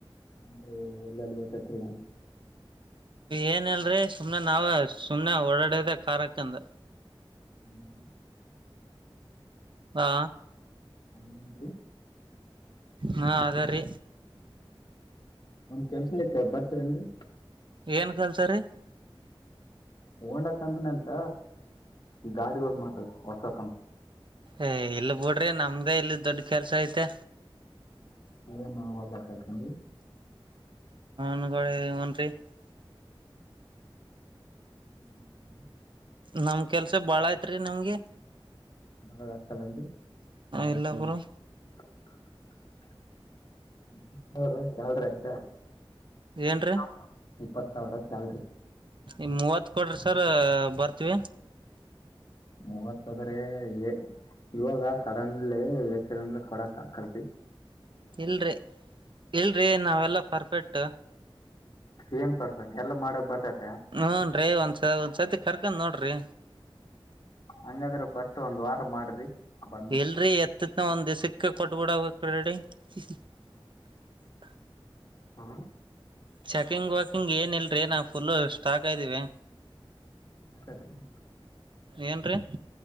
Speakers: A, on the left; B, on the right.
A: ಹಾಂರಿ ಎಲ್ಲೆಲ್ಲಿ ಬೇಕತ್ರಿ.
B: ಏನಿಲ್ರಿ ಸುಮ್ನೆ ನಾವೇ ಸುಮ್ನೆ ಓಡಾಡದೆ ಕಾರಂಕಂದ್.
A: ಹ್ಮ್ <unintelligible>
B: ಹಾ.
A: ಹೌದನ್ರಿ.
B: ಹಾ ಅದರಿ.
A: ಒಂದ್ ಕೆಲ್ಸನತೆ ಬರ್ತಿರೆನ್ರಿ.
B: ಏನ್ ಕೆಲ್ಸ ರೀ.
A: ಹೋಂಡಾ ಕಂಪನಿ ಅಂತ ಗಾಡಿಗಳ್ ಮಾಡದ್ ಹೊಸ ಕಂಪನಿ.
B: ಏ ಇಲ್ ಬುಡ್ರಿ ನಮ್ದ ಇಲ್ ದೊಡ್ ಕೆಲ್ಸ ಐತೆ.
A: ಏನ್ ಹೊಲ್ದಾಗ ಕಲ್ಸನ್ರಿ
B: <unintelligible>
A: ಹ್ಮ್. <inaudible>
B: ನಮ್ ಕೆಲ್ಸ ಬಾಳ್ ಐತ್ ರೀ ನಿಮ್ಗೆ.
A: ಬರೋದ ಆಗ್ತದನ್ರಿ
B: ಇಲ್ಲ ಬ್ರೋ.
A: <inaudible> <unintelligible> ಸ್ಯಾಲ್ರಿ ಆಯ್ತಾ
B: ಏನ್ರೀ
A: ಅ ಇಪ್ಪತ್ ಸಾವ್ರ ಸ್ಯಾಲ್ರಿ.
B: ಇನ್ ಮೂವತ್ತು ಕೊಡ್ರಿ ಸರ ಬರ್ತೀವಿ.
A: ಮೂವತ್ ಅದ ರೀ ಎ. ಇವಾಗ ಸಡನ್ಲಿ ಹೆಚ್ಚಿಗ್ ಅಂದ್ರ ಕೊಡಕ್ ಆಗಲ್ರಿ.
B: ಇಲ್ರಿ ಇಲ್ರಿ ನಾವೆಲ್ಲ ಪರ್ಫೆಕ್ಟ್.
A: ಏನ್ ಪರ್ಫೆಕ್ಟ್ ಎಲ್ಲಾ ಮಾಡಕ್ ಬರ್ತಾತ್.
B: ಹುನ್ರಿ ಒಂದ್ಸ ಒಂದ್ಸರ್ತಿ ಕರ್ಕೊಂಡ್ ನೋಡ್ರಿ.
A: ಹಂಗಾದ್ರೆ ಫಸ್ಟ್ ಒಂದ್ ವಾರ ಮಾಡ್ರಿ. ಬಂದು
B: ಇಲ್ರರಿ ಎತ್ತತ್ನ ಒಂದ್ ದಿಸಕ್ಕೆ ಕೊಟ್ಟ್ಬಿಡವ. <unintelligible>
A: ಹಾ.
B: ಚೆಕಿಂಗ್ ವಕಿಂಗ್ ಏನ್ ಇಲ್ರಿ ನಾವು ಫುಲ್ಲು ಸ್ಟಾಕ್ ಅದ್ದೀವಿ.
A: ಕತ್ರಿ. <unintelligible>
B: ಏನ್ರೀ.